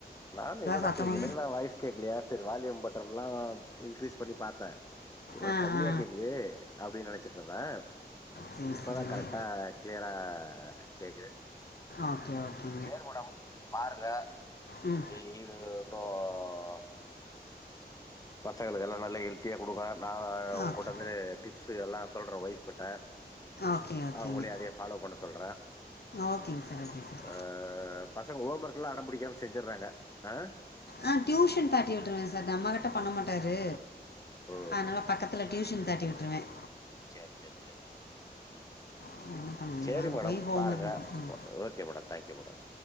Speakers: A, on the left (about 20°); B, on the left (about 75°).
A: நானும் என்னோட
B: சத்தமா
A: சரி எனக்குதான் வாய் ஸ் கேக்கலயா செரி வால்யூம் பட்டனல்லா இன்கீரீஸ் பண்ணி பாத்தே ஒருவேல
B: ஆ
A: கம்மியா
B: ஆ
A: கேக்குதே அப்டின் நெனச்சிட்டு இருந்தே
B: சேரி
A: இப்பதா
B: சேரிங்க
A: கரெக்டா கிளியரா கேக்குது
B: ஓகே ஓகே
A: சேரி முடம் பாருங்க
B: ம்
A: <unintelligible> இன்னும் பசங்களுக்கெல்லாம் நல்லா ஹெல்த்தியா கொடுக்கன் நா உங்க்கிட்ட
B: ஓகே
A: வந்து டிப்ஸ் எல்லாம் சொல்றேன் ஒய்ஃப் கிட்ட
B: ஓகே ஓகேங்க
A: அவுங்களையும் அதே ஃபாலோ பண்ண சொல்றேன்
B: ஓகேங்க சார் ஓகே சார்
A: அ பசங்க ஹோம் ஒர்க்கெலாம் அடொ பிடிக்காமல் செஞ்சறாங்க அ
B: ஆ டியூஷன் தாட்டி விட்டுருவேன் சார் நம்மகிட்ட பண்ண மாட்டாரு
A: ஓ
B: அதனால பக்கத்துல டியூஷன் தட்டி விட்டுருவேன்
A: செர் செர் செர் செ
B: <unintelligible>
A: செரி
B: அங்கே
A: மேடம்
B: போய் ஹோம்
A: பாருங்க
B: ஒர்க் ம்
A: ஓ ஓகே மேடம் தேங்க்யூ மேடம்